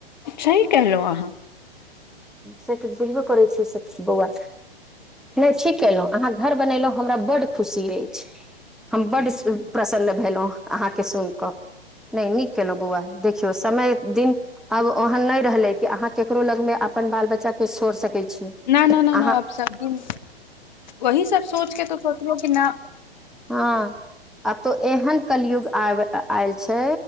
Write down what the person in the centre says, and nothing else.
से तऽ बुझबे करै छी सखि बौआ नय ठिक केलौ अहाँ घर बनेलहु हमरा बड् खुशी अछि हम बड् प्रसन्न भेलहु अहाँ के सुइन क नय नीक केलौ बौआ देखि समय दिन आब ओहन नहि रहले कि अहाँ केकरो लग मे अपन बाल बच्चा के छोड़ सकै छी
अहाँ
हाँ आब तो एहन कलयुग आब आयल छै